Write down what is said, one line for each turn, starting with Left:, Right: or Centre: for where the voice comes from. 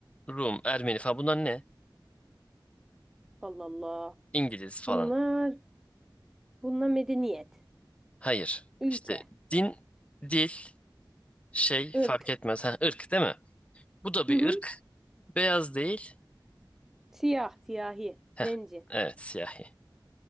Left: Rum, Ermeni falan bunlar ne?
Centre: Allah Allah.
Left: İngiliz falan.
Centre: Bunlar, bunlar medeniyet,
Left: Hayır.
Centre: ülke,
Left: İşte din, dil, şey
Centre: ırk.
Left: fark etmez. Ha, ırk değil mi? Bu da bir
Centre: Hı hı.
Left: ırk. Beyaz değil.
Centre: Siyah, siyahi,
Left: Heh,
Centre: zenci.
Left: evet siyahi.